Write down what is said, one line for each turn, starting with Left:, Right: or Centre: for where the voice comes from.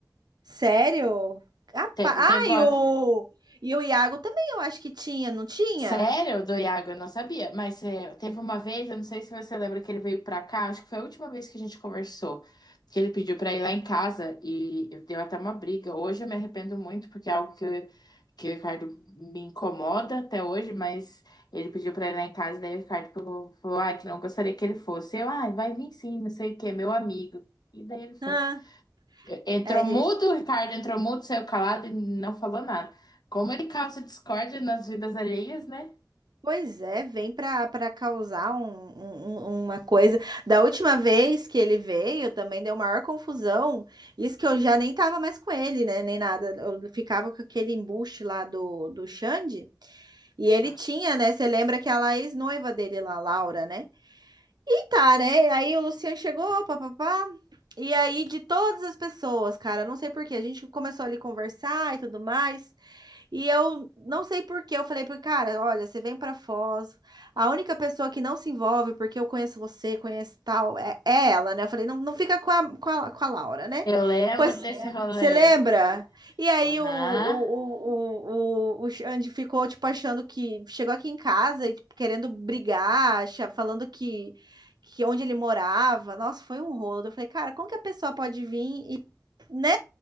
Right: Sério? Capa-
Left: Te-
Right: Ah,
Left: Teve,
Right: e o, e o Iago também eu acho que tinha, não tinha?
Left: Sério, do Iago, eu não sabia. Mas é, teve uma vez, eu não sei se você lembra que ele veio pra cá, acho que foi a última vez que a gente conversou, que ele pediu pra ir lá em casa e deu até uma briga. Hoje eu me arrependo muito, porque é algo que, eu- que o Ricardo me incomoda até hoje, mas ele pediu pra ir lá em casa, daí o Ricardo falou, falou, ah, que não gostaria que ele fosse. Eu, ah, vai vir sim, não sei o quê, meu amigo. E daí ele foi.
Right: Ah,
Left: Entrou
Right: é, gente.
Left: mudo, o Ricardo entrou mudo, saiu calado e não falou nada. Como ele causa discórdia nas vidas alheias, né?
Right: Pois é, vem para para causar um, um- um- uma coisa. Da última vez que ele veio, também deu maior confusão. Isso que eu já nem tava mais com ele, né? Nem nada. Eu ficava com aquele embuste lá do, do Xande. E ele
Left: Nossa.
Right: tinha, né? Você lembra que é a ex-noiva dele lá, Laura, né? E tá, né? Aí o Luciano chegou, papapá. E aí, de todas as pessoas, cara, não sei por quê, a gente começou ali a conversar e tudo mais. E eu não sei por quê, eu falei para cara, olha, você vem para Foz, a única pessoa que não se envolve, porque eu conheço você, conheço tal, é, é ela, né? Eu falei, não, não fica com a, com a, com a Laura, né?
Left: Eu
Right: Eu
Left: lembro
Right: Pois,
Left: desse
Right: lembro.
Left: rolê.
Right: você lembra? E aí
Left: Aham.
Right: o, o, o, o, o o Xande ficou, tipo, achando que, chegou aqui em casa e tipo, querendo brigar, acha- falando que, que onde ele morava, nossa, foi um rolo. Eu falei, cara, como que a pessoa pode vir e, né,